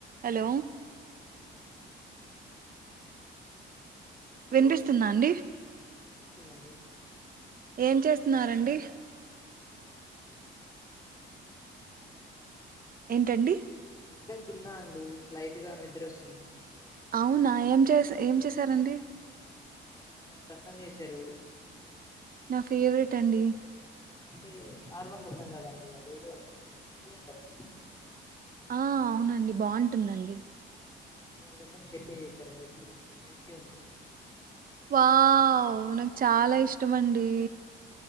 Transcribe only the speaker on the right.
Hello
వినిపిస్తుందా అండి
ఏం చేస్తున్నారండి.
ఏంటండి.
అవునా ఏం చేస ఏం చేసారండి.
నా ఫేవరెట్ అండి.
ఆహ్ అవునండి బాగుంటుందండి.
వావ్ నాకు చాలా ఇష్టము అండి.